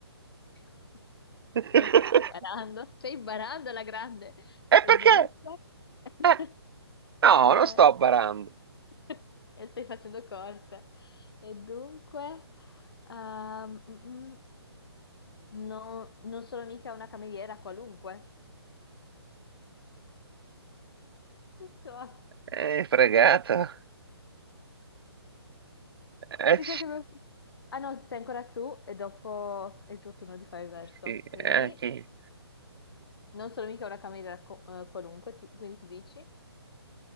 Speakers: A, on the left (about 60°); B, on the right (about 60°).
A: <laughs>
B: <laughs>
A: Non te stai barando, stai barando alla grande.
B: E
A: E
B: perché?
A: dunque... <laughs>
B: Eh, no,
A: eh,
B: non sto barando.
A: <laughs> e stai facendo corte. E dunque... ehm, mm, mm. No, non sono mica una cameriera qualunque. Insomma,
B: Eh, fregato. Eh,
A: mi sa che... Ah no, sei ancora tu e dopo è il tuo turno di fare il verso.
B: sì, eh,
A: Quindi
B: chi?
A: non sono mica una cameriera co- eh, qualunque, tu- quindi tu dici...